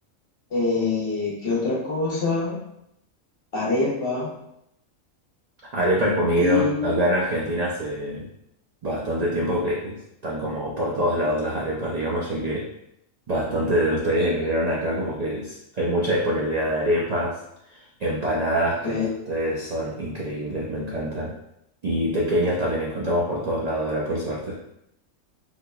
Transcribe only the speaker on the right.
Arepa he comido.
Acá en Argentina hace bastante tiempo que están como por todos lados las arepas, digamos, ya que bastante de ustedes emigraron acá, como que es- hay mucha disponibilidad de arepas, empanadas,
que las de ustedes son increíbles, me encantan. Y pequeñas también encontramos por todos lados ahora, por suerte.